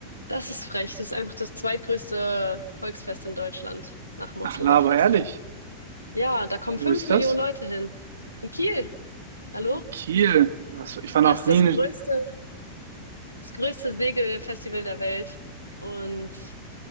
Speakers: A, on the left (about 85°); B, on the right (about 60°).
A: das ist frech. Das ist einfach das zweitgrößte Volksfest in Deutschland nach dem Oktoberfest.
B: Ach, Laber, ehrlich.
A: Ja, da kommen
B: Wo
A: fünf
B: ist
A: Millionen
B: das?
A: Leute hin. In Kiel. Hallo?
B: In Kiel. Was, ich war
A: Das
B: noch
A: ist
B: nie.
A: das
B: in-
A: größte, das größte Segelfestival der Welt. Und